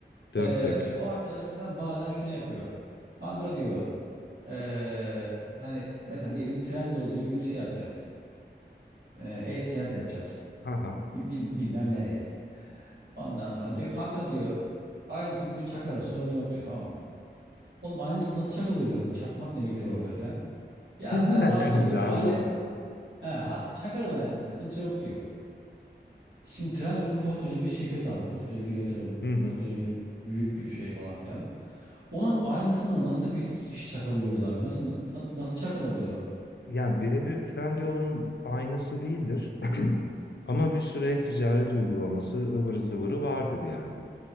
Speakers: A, on the left (about 75°); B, on the right (about 70°).
A: Dök
B: Ee,
A: dök.
B: o arkadaş mesela bazen şunu yapıyor. Kanka diyor ee, hani mesela diyelim Trendyol gibi bir şey yapacağız. Ee, E-ticaret yapacağız.
A: Haha.
B: Bi- bil- bilmem nereye. Ondan sonra diyor kanka diyor aynısını diyor çakarız sorun yok diyor tamam mı? Oğlum aynısı nasıl çakılıyor diyorum. Çakmak ne bir kere orada filan. Ya
A: <laughs>
B: sen rahat ol diyor.
A: Jargon.
B: halle He, ha, çakar alliance'ın sıkıntı yok diyor. Şimdi Trendyol koskoca bir şirket abi. Koskoca bir yatırım.
A: Hı hı.
B: Koskoca bir büyük bir şey falan filan. Onun aynısını nasıl bir iki kişi çakabiliyoruz abi? Nasıl na- na- nasıl çakılabilir o?
A: Yani birebir Trendyol'un aynısı değildir. <clears throat> Ama bir süre ticaret uygulaması ıvırı zıvırı vardır yani.